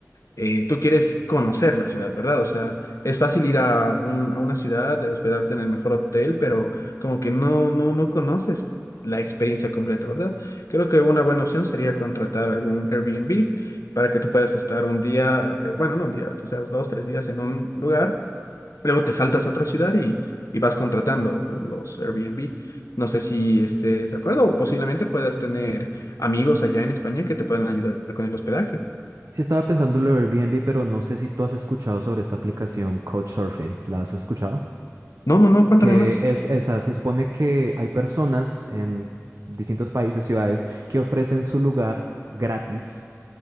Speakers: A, on the left (about 75°); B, on the right (about 65°).
A: eh, tú quieres conocer la ciudad, ¿verdad? O sea, es fácil ir a, un- a una ciudad, eh, hospedarte en el mejor hotel, pero como que no, no, no conoces la experiencia completa, ¿verdad? Creo que una buena opción sería contratar algún Airbnb para que tú puedas estar un día, eh, bueno, no un día, quizás dos, tres días en un lugar, luego te saltas a otra ciudad y, y vas contratando los Airbnb. No sé si estés de acuerdo o posiblemente puedas tener amigos allá en España que te puedan ayudar con el hospedaje.
B: Sí estaba pensando en lo de Airbnb, pero no sé si tú has escuchado sobre esta aplicación Couchsurfing. ¿La has escuchado?
A: No, no, no, cuéntame
B: Que
A: más.
B: es esa, se supone que hay personas en distintos países, ciudades, que ofrecen su lugar gratis,